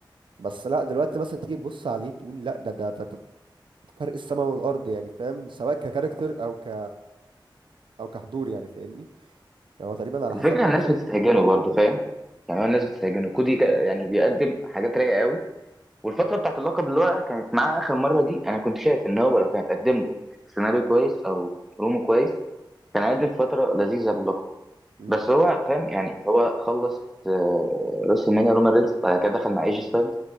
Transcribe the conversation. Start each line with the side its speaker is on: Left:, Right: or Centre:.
Right: بس لا دلوقتي مثلا تيجي تبص عليه تقول لا ده ده, ده, ده فرق السماء والارض يعني فاهم سواء ككاركتر او ك او كحضور يعني فاهمني يعني هو تقريبا على
Centre: الفكرة
Right: حسب ما
Centre: إن
Right: اتذكر
Centre: الناس بتستهجنه برضه فاهم يعني هو الناس بتستهجنه كودي كا- يعني بيقدم حاجات رايقة قوي والفترة بتاعت اللقب اللي هو كانت معاه آخر مرة دي أنا كنت شايف إن هو لو كانت قدم له سيناريو كويس أو برومو كويس كان هيقدم فترة لذيذة باللقب
Right: مم.
Centre: بس هو فاهم يعني هو خلص آه، راس المانيا رومان ريدز بعد كده دخل مع ايجي ستايلز